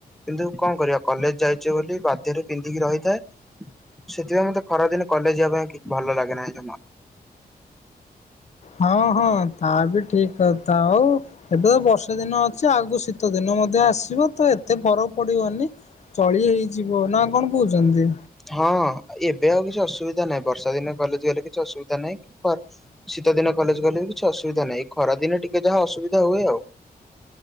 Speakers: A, in the centre; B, on the left (about 45°).
A: କିନ୍ତୁ କଣ କରିବା କଲେଜ୍ ଯାଇଚେ ବୋଲି ବାଧ୍ୟରେ ପିନ୍ଧିକି ରହିଥାଏ। ସେଥିପାଇଁ ମତେ ଖରା ଦିନେ କଲେଜ୍ ଯିବା ପାଇଁ କି ଭଲ ଲାଗେ ନାହିଁ ଜମା।
B: ହଁ- ହଁ ତା ବି ଠିକ୍ କଥା, ଆଉ ଏବେ ତ ବର୍ଷାଦିନ ଅଛି ଆଗକୁ ଶୀ ତ ଦିନ ମଧ୍ୟ ଆସିବ, ତ ଏ ଏତେ ଫରକ୍ ପଡିବନି, ଚଳି ହେଇଯିବ ନା କଣ କହୁଛନ୍ତି?
A: ହଁ ଏବେ ଆଉ କିଛି ଅସୁବିଧା ନାହିଁ, ବର୍ଷାଦିନେ କଲେଜ୍ ଗଲେ କିଛି ଅସୁବିଧା ନାହିଁ କି ଖ ଶୀତଦିନେ କଲେଜ୍ ଗଲେ ବି କିଛି ଅସୁବିଧା ନାହିଁ, ଏଇ ଖରାଦିନେ ଟିକେ ଯାହା ଅସୁବିଧା ହୁଏ ଆଉ।